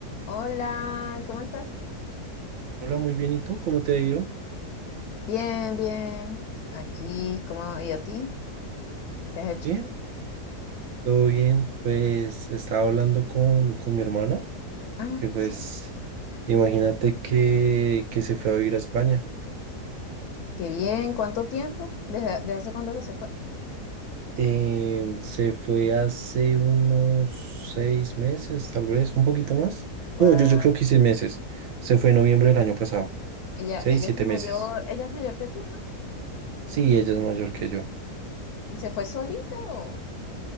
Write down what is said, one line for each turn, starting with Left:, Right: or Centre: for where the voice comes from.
Left: Hola, ¿cómo estás?
Right: Hola, muy bien. ¿Y tú? ¿Cómo te ha ido?
Left: Bien, bien. Aquí, ¿cómo? ¿Y a ti? ¿Qué has hecho?
Right: Bien, todo bien. Pues estaba hablando con, con mi hermana,
Left: Ah,
Right: que pues
Left: sí.
Right: imagínate que, que se fue a vivir a España.
Left: Qué bien. ¿Cuánto tiempo? ¿Desde, desde hace cuánto que se fue?
Right: Em, se fue hace unos seis meses, tal vez, un poquito más.
Left: Guau.
Right: No, yo, yo creo que seis meses. Se fue en noviembre del año pasado.
Left: Ella,
Right: Seis,
Left: ella
Right: siete
Left: es mayor,
Right: meses.
Left: ella es mayor que tú, ¿no?
Right: Sí, ella es mayor que yo.
Left: Ujú. ¿Y se fue solita o?